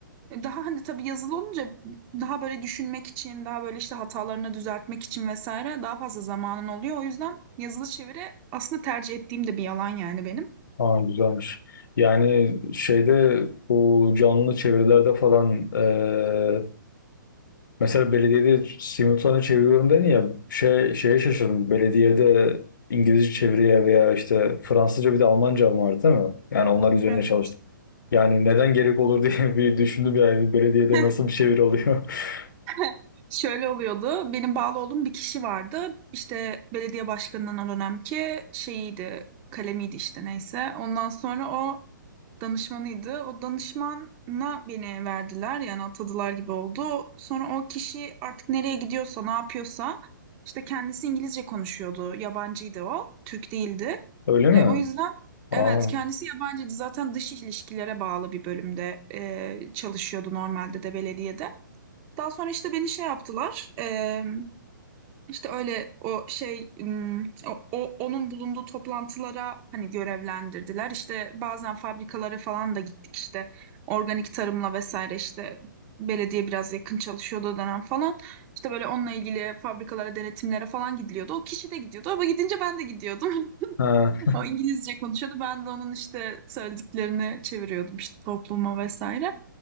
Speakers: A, on the right; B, on the left.
A: e, Daha hani tabii yazılı olunca daha böyle düşünmek için, daha böyle işte hatalarını düzeltmek için vesaire daha fazla zamanın oluyor. O yüzden yazılı çeviri aslında tercih ettiğim de bir yalan yani benim.
B: Aa, güzelmiş. Yani şeyde bu canlı çevirilerde falan e, Mesela belediyede simultane çeviriyorum dedin ya şey, şeye şaşırdım. Belediyede İngilizce çeviriye veya işte Fransızca bir de Almanca mı vardı değil mi? Yani onlar üzerine
A: Evet.
B: çalıştım. Yani neden gerek olur diye <laughs> bir düşündüm yani belediyede
A: <laughs>
B: nasıl bir çeviri oluyor. <laughs>
A: <laughs> Şöyle oluyordu. Benim bağlı olduğum bir kişi vardı. İşte belediye başkanının o dönemki şeyiydi, kalemiydi işte neyse. Ondan sonra o danışmanıydı. O danışmana beni verdiler yani atadılar gibi oldu. Sonra o kişi artık nereye gidiyorsa, ne yapıyorsa işte kendisi İngilizce konuşuyordu. Yabancıydı o, Türk değildi.
B: Öyle mi?
A: E, o yüzden
B: Aa,
A: evet kendisi yabancıydı. Zaten dış ilişkilere bağlı bir bölümde e, çalışıyordu normalde de belediyede. Daha sonra işte beni şey yaptılar. eee, işte öyle o şey ım, o, o- onun bulunduğu toplantılara hani görevlendirdiler. İşte bazen fabrikalara falan da gittik işte organik tarımla vesaire işte belediye biraz yakın çalışıyordu o dönem falan. İşte böyle onunla ilgili fabrikalara denetimlere falan gidiliyordu. O kişi de gidiyordu. O gidince ben de gidiyordum. <laughs>
B: ha,
A: O İngilizce konuşuyordu. Ben de onun işte söylediklerini çeviriyordum işte topluma vesaire.